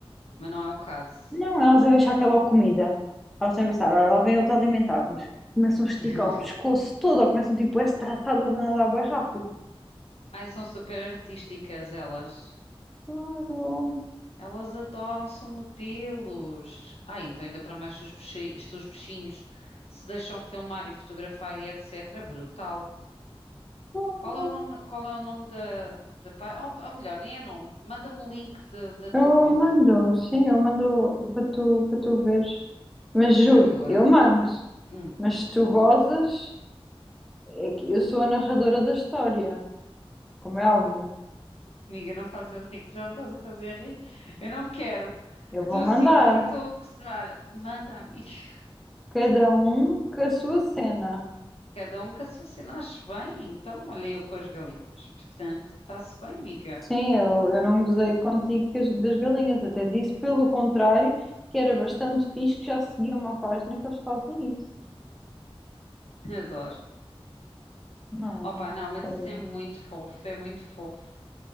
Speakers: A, on the left; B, in the centre.
A: Mas não é o caso.
B: Não, elas devem achar que é logo comida. Elas devem pensar, olha, lá vem outra a alimentar-nos. Começam a esticar
A: <laughs>
B: o pescoço todo, ou começam tipo, a estraçadas a nadar bem rápido.
A: Ai, são super artísticas elas.
B: Claro,
A: Elas adoram, são modelos. Ai, então ainda para mais se os pexi- se os peixinhos se deixam filmar e fotografar e etc. Brutal.
B: claro.
A: Qual é o nome, qual é o nome da, da página? Ou, ou melhor, nem é nome. Manda-me o link de- da tua
B: Eu
A: conta.
B: mando, sim, eu mando para tu, para tu veres. Mas juro,
A: Ah, que eu agora.
B: eu mando.
A: hum,
B: Mas se tu gozas, é que eu sou a narradora da história, como é óbvio.
A: Amiga, não faças rir, tu já me estás a fazer rir. Eu não quero
B: Eu
A: que
B: vou
A: tu
B: mandar.
A: sintas que eu estou a gozar. manda a mim. <laughs>
B: Cada um com a sua cena.
A: Cada um com a sua se nasce bem, então olha eu com as galinhas. Portanto, está-se bem, amiga.
B: Sim, eu, eu não gozei contigo das das galinhas, até disse pelo contrário, que era bastante fixe que já seguia uma página que eles fazem isso.
A: Adoro.
B: Não,
A: Opa, não, mas
B: sério.
A: isso é muito fofo, é muito fofo,